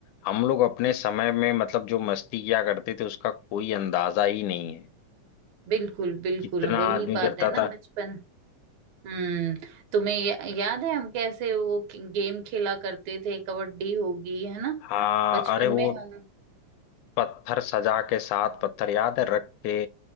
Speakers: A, on the left; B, on the right.
A: हम लोग अपने समय में मतलब जो मस्ती किया करते थे उसका कोई अंदाजा ही नहीं है
B: बिल्कुल बिल्कुल
A: कितना
B: वही
A: आदमी
B: बात
A: करता
B: है ना
A: था
B: बचपन हम्म तुम्हें या, याद है हम कैसे वो कि- गेम खेला करते थे कबड्डी होगी है ना
A: हाँ
B: बचपन
A: अरे वो
B: में हम
A: पत्थर सजा के साथ पत्थर याद है रख के